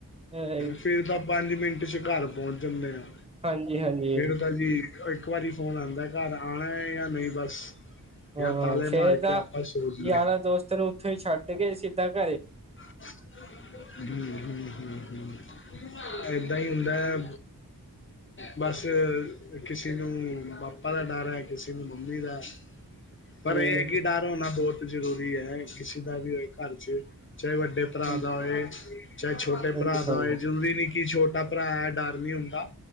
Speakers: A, on the right; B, on the left.
A: ਅ
B: ਫੇਰ ਤਾਂ ਪੰਜ ਮਿੰਟ ਚ ਘਰ ਪਹੁੰਚ ਜਾਂਦੇ ਆ,
A: ਹਾਂਜੀ ਹਾਂਜੀ
B: ਫੇਰ ਤਾਂ ਜੀ ਇੱਕ ਵਾਰੀ ਫੋਨ ਆਉਂਦਾ, ਘਰ ਆਉਣਾ ਜਾਂ ਨਹੀਂ ਬਸ
A: ਹਾਂ,
B: ਜਾਂ ਤਾਲੇ
A: ਫੇਰ
B: ਮਾਰ
A: ਤਾਂ
B: ਕੇ ਆਪਾਂ ਸੋ ਜਾਈਏ
A: ਯਾਰਾਂ ਦੋਸਤਾਂ ਨੂੰ ਉੱਥੋਂ ਹੀ ਛੱਡ ਕੇ ਸਿੱਧਾਂ ਘਰੇ
B: ਹ ਹ ਹ ਹ ਏਦਾਂ ਹੀ ਹੁੰਦਾ ਹੈ ਬਸ ਕਿਸੇ ਨੂੰ ਪਾਪਾ ਦਾ ਡਰ ਹੈ ਕਿਸੇ ਨੂੰ ਮੰਮੀ ਦਾ <inaudible> ਪਰ
A: ਹਮ
B: ਇਹ ਹੈ ਕਿ ਡਰ ਹੋਣਾ ਬਹੁਤ ਜ਼ਰੂਰੀ ਹੈ ਕਿਸੇ ਦਾ ਵੀ ਹੋ ਘਰ ਚ, ਚਾਹੇ ਵੱਡੇ ਭਰਾ
A: ਹਾਂਜੀ
B: ਦਾ ਹੋਏ ਚਾਹੇ ਛੋਟੇ ਭਰਾ
A: ਹਾਂਜੀ
B: ਦਾ
A: ਹਾਂਜੀ
B: ਹੋਏ ਜਰੂਰੀ ਨੀ ਕਿ ਛੋਟਾ ਭਰਾ ਹੈ ਡਰ ਨੀ ਹੁੰਦਾ